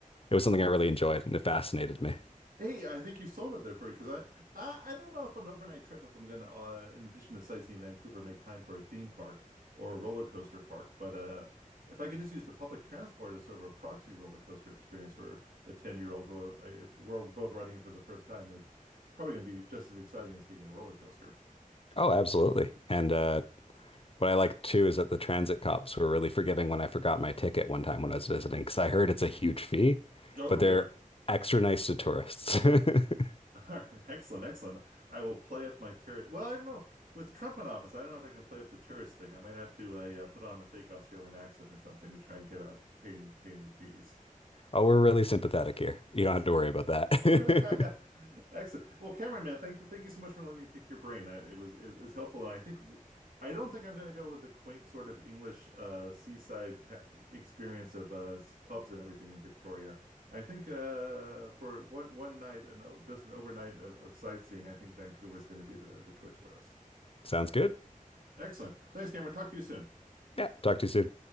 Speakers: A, on the left (about 40°); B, on the right (about 80°).
A: it was something I really enjoyed and it fascinated me.
B: Hey, I think you sold it there for because I, I I don't know if an overnight trip if I'm gonna uh, in addition to sightseeing Vancouver make time for a theme park or a roller coaster park, but uh if I can just use the public transport as sort of a proxy roller coaster experience for a 10-year-old who uh, if we're both riding it for the first time, it's it's probably gonna be just as exciting as taking a roller coaster.
A: Oh, absolutely. And uh What I like too is that the transit cops were really forgiving when I forgot my ticket one time when I was visiting, because I heard it's a huge fee,
B: Oh
A: but
B: dear.
A: they're extra nice to tourists. <laughs>
B: <laughs> All right, excellent, excellent. I will play up my tourist. Well, I don't know. With Trump in office, I don't know if I can play up the tourist thing. I might have to uh, yeah, put on a fake Australian accent or something to try and get out paying paying the fees.
A: Oh, we're really sympathetic here. You don't have to worry about that.
B: <laughs> Excellent. Well, Cameron, man, thank thank you so much for letting me pick your brain. Uh, It was it, it's helpful. I think I don't think I'm going to go with the quaint sort of English uh, seaside ta experience of uh, pubs and everything in Victoria. I think uh, for one one night and o- just an overnight of, of sightseeing, I think Vancouver is going to be the, the choice for us.
A: <laughs> Sounds good.
B: Excellent. Thanks, Cameron. Talk to you soon.
A: Yeah, talk to you soon.